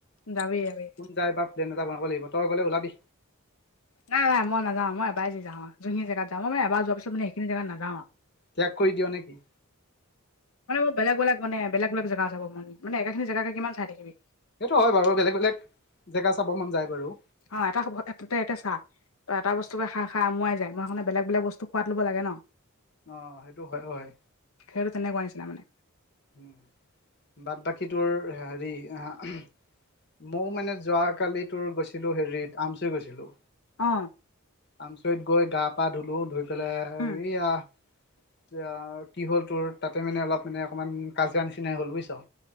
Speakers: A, on the left; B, on the left.
A: যাবি যাবি।
B: যাই বা প্লেন এটা বনাব লাগিব তই গ'লে ওলাবি।
A: নাই ভাই মই নাযাওঁ মই এবাৰে যি যাওঁ আও যোনখিন জেগাত যাওঁ মই মানে এবাৰ যোৱাৰ পিছত মানে সেইখিন জেগাত নাযাওঁ।
B: ত্যাগ কৰি দিয় নেকি?
A: মানে মোৰ বেলেগ বেলে মানে বেলেগ অলপ জেগা যাব মন মানে একেখিনি জেগা কিমান চাই থাকিবি
B: সেইটো হয় বাৰু বেলেগ বেলেগ জেগা চাব মন যায় বাৰু।
A: অ' এটা হ'ব এতাতে এতিয়া চাহ। ত এটা বস্তুকে খাই খাই আমোৱাই যায় মই সেইকাৰণে বেলেগ বেলেগ বস্তু সোৱাদ লব লাগে ন।
B: অ' সেইটো হয় হয়।
A: খেৰ তেনেকুৱা নিচিনা মানে।
B: উম, বাট বাকীটোৰ হেৰি আহ মৌ মানে যোৱাকালি তোৰ গৈছিলো হেৰিত আমচুই গৈছিলো।
A: অ
B: আমচৰিত গৈ গা পা ধুলো ধুই পেলাই
A: উম
B: এইয়া এতিয়া কি হ'ল তোৰ তাতে মানে অলপ মানে অকমান কাজিয়া নিচিনাই হল বুইছ।